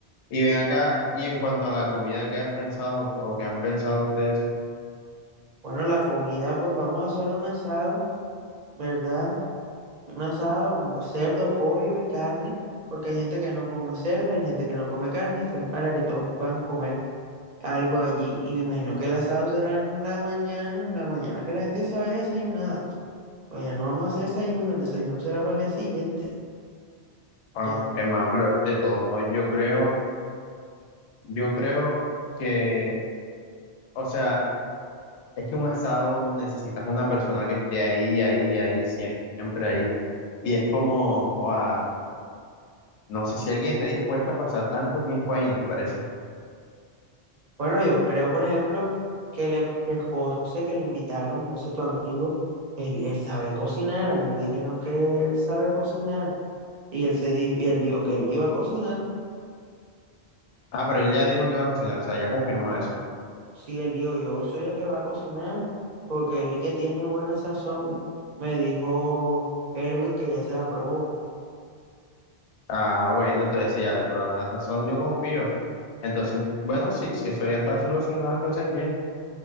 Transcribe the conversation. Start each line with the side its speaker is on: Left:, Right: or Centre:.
Left: Y ven acá, y en cuanto a la comida que has pensado o que han pensado ustedes,
Right: Bueno, la comida, pues vamos a hacer un asado, ¿verdad? Un asado, pues, cerdo, pollo y carne, porque hay gente que no come cerdo, hay gente que no come carne, entonces para que todos puedan comer algo allí. Y me imagino que el asado será en la mañana, en la mañana que la gente se vaya desayunada. Pues ya no vamos a hacer desayuno, el desayuno será para el día siguiente,
Left: Ah.
Right: ya.
Left: hermano, pero de todos modos, yo creo, yo creo que, o sea, es que un asado necesitas una persona que esté ahí, ahí, ahí, siempre ahí. Y es como, joda, No sé si alguien está dispuesto a pasar tanto tiempo ahí, ¿no te parece?
Right: Bueno, yo creo, por ejemplo, que, le, que José, que lo invitaron, José, tu amigo, él, él sabe cocinar. A mí me dijeron que él sabe cocinar. Y él, se, di- y él dijo que él iba a cocinar.
Left: Ah, pero él ya dijo que iba a cocinar, o sea, ya confirmó eso.
Right: Sí, él dijo, yo soy el que va a cocinar, porque él es el que tiene buena sazón. Me dijo Erwin que ya se la probó.
Left: Ah, bueno, entonces sí, ya le probaron la sazón, yo confío. Entonces, bueno, sí, si eso ya está solucionado, entonces bien,